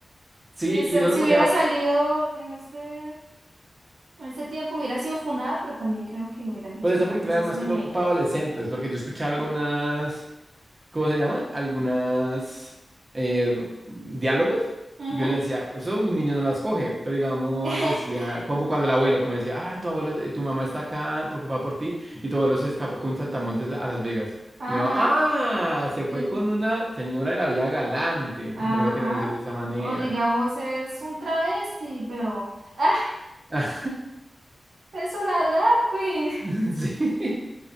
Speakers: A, on the right (about 30°); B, on the right (about 80°).
A: Sí,
B: Si, esa-
A: y uno
B: si
A: lo ponía
B: hubiera salido en este, en este tiempo, hubiera sido funada, pero también creo que hubieran dicho,
A: Pero esa
B: no,
A: película
B: pues
A: era
B: es
A: más
B: meme.
A: que todo para adolescentes, porque yo escuché algunas, ¿cómo se llama? Algunas eh, diálogos,
B: Ujú.
A: y uno decía, eso un niño no las coge, pero digamos,
B: <laughs>
A: decía, como cuando el abuelo, como decía, ah, tu abuelo, eh, tu mamá está acá preocupada por ti, y tu abuelo se escapó con un saltamontes a Las Vegas.
B: Ajá.
A: Y uno, ah, se
B: Bien,
A: fue con una señora de la vía galante,
B: Ajá.
A: no lo quieren decir de esa manera.
B: O digamos, es un travesti, pero <laughs> ¡ah!
A: <laughs>
B: es una drag queen.
A: <laughs> Sí.